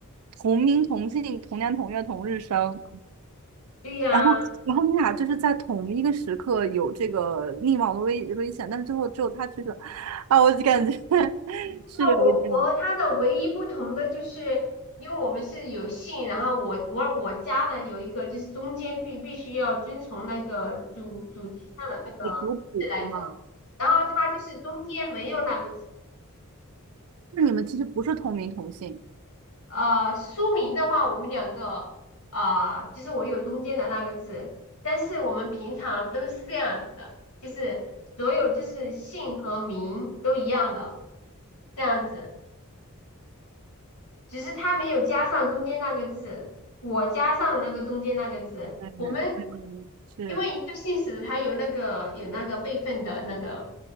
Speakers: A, on the right; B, on the left.
A: 同名同姓、同年同月同日生，
B: 对呀、
A: 然后，然后你俩就是在同一个时刻有这个溺亡的危危险，但是最后只有他去了，啊，我就感觉 <laughs> 是有一点
B: 我我和他的唯一不同的就是，因为我们是有姓，然后我我我家的有一个就是中间必必须要遵从那个祖祖籍上的那个字来走，
A: 有族谱的嘛。
B: 然后他就是中间没有那个字。
A: 那你们其实不是同名同姓，
B: 呃，书名的话，我们两个啊、呃就是我有中间的那个字，但是我们平常都是这样子的，就是所有就是姓和名都一样的这样子。只是他没有加上中间那个字，我加上了那个中间那个字。
A: 对对，
B: 我们
A: 对是，
B: 因为一个姓氏，它有那个有那个辈分的那个，